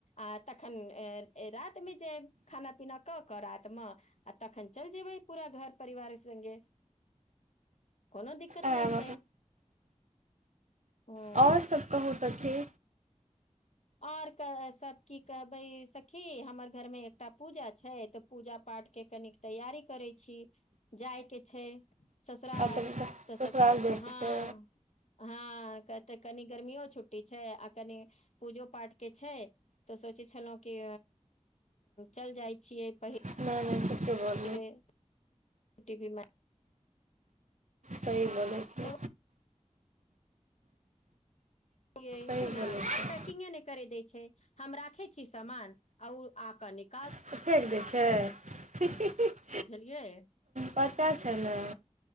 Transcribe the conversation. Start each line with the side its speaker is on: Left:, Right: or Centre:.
Left: आ तखन रातिमे जेब खाना पीना कऽ कऽ रातिमे। आ तखन चल जेबै पूरा घर परिवार संगे कोनो दिक्क कत
Right: आएब
Left: नैय छै। हँ
Right: और सब कहु सखी।
Left: और क सब की कहबै सखी हमरा घर मे एकटा पूजा छै तऽ पूजा पाठके कनि। तैयारी करै छी जाय के छैय। ससरार
Right: अच्छा
Left: तऽ
Right: ससुराल
Left: सस
Right: जाइके
Left: हँ।
Right: छै
Left: हँ तऽ कनि गर्मियो छुट्टी छै आ कनि। पूजो पाठ के छै तऽ सोचै छेलौ कि चैल जाय छियै पहिल।
Right: नैय- नैय <unintelligible>
Left: <unintelligible> देवी माय
Right: सही बोलै। छी
Left: तऽ <unintelligible>
Right: सही बोलै छी
Left: कि नैय करै दै छै हम राखै छी सामान आ ओ आकऽ निक
Right: तऽ फेक दै छैय ही ही ही।
Left: बुझलियै।
Right: बच्चा छै ने।